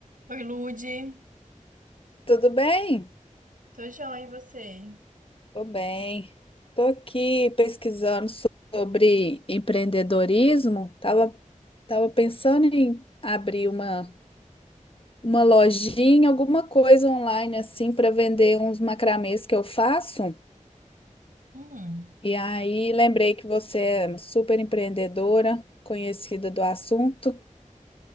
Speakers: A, on the right (about 90°); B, on the left (about 45°).
A: Oi, Lude.
B: Tudo bem?
A: Tô joia, e você?
B: Tô bem. Tô aqui pesquisando so- sobre empreendedorismo. Tava, tava pensando em abrir uma, uma lojinha, alguma coisa online assim para vender uns macramês que eu faço.
A: Hum.
B: E aí lembrei que você é super empreendedora, conhecida do assunto.